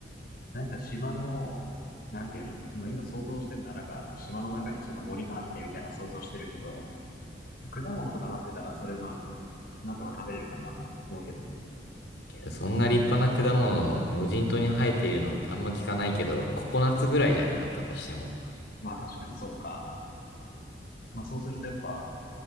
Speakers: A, on the left; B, on the left.
A: なんか島の、なんていうの今今想像してるのはなんか島の中にちゃんと森があってみたいな想像してるけど、果物とかなってたらそれまあ、なんとか食べれるかなとか思うけどね。
B: けど、そんな立派な果物、無人島に生えているのあんま聞かないけど、ココナッツぐらいじゃないあったとしても。
A: まあ確かにそうか。まあそうするとやっぱ、